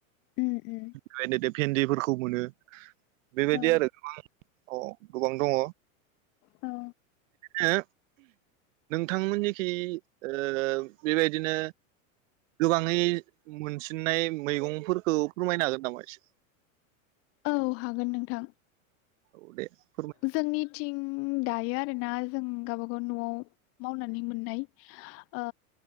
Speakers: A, on the left; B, on the right.
A: उम उम
B: बेबायदिनो भेन्दिफोरखौ मोनो बेबायदि
A: औ
B: आरो गोबां औ गोबां दङ
A: औ
B: हो नोंथांमोननिखि ओ बेबायदिनो गोबाङै मोनसिननाय मैगंफोरखौ फोरमायनो हागोन नामा एसे
A: औ हागोन नोंथां
B: औ दे ।
A: जोंनिथिं दायो आरोना जों गावब गाव । नआव मावनानै मोननाय ओ